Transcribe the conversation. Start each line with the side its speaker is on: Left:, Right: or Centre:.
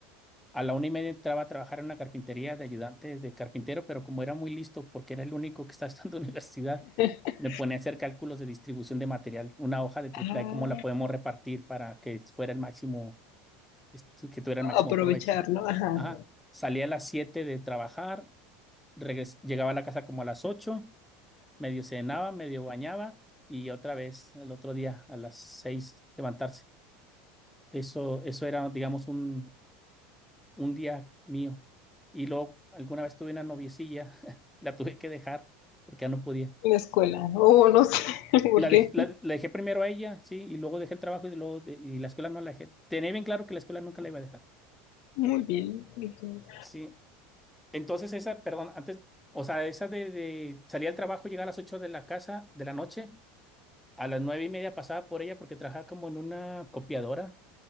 Centre: A la una y media entraba a trabajar en una carpintería de ayudante de carpintero, pero como era muy listo, porque era el único que estaba <laughs> estudiando en la universidad,
Left: <laughs>
Centre: me ponía a hacer cálculos de distribución de material, una hoja de triple
Left: Ah,
Centre: A, cómo la podemos repartir para que fuera el máximo, este, que tuviera el máximo
Left: aprovechar,
Centre: provecho.
Left: ¿no? Ajá,
Centre: Ajá. Salía a las 7 de trabajar, regres- llegaba a la casa como a las 8, medio cenaba, medio bañaba y otra vez el otro día a las 6 levantarse. Eso, eso era, digamos, un, un día mío. Y luego alguna vez tuve una noviecilla, <laughs> la tuve que dejar porque ya no podía.
Left: la escuela, o no sé, <laughs> por
Centre: La,
Left: qué.
Centre: dej- la- la dejé primero a ella, sí, y luego dejé el trabajo y luego de- y la escuela no la dejé. Tenía bien claro que la escuela nunca la iba a dejar.
Left: Muy bien, muy bien.
Centre: Sí. Entonces esa, perdón, antes, o sea, esa de, de salir al trabajo, llegar a las 8 de la casa de la noche, a las nueve y media pasaba por ella porque trabajaba como en una copiadora.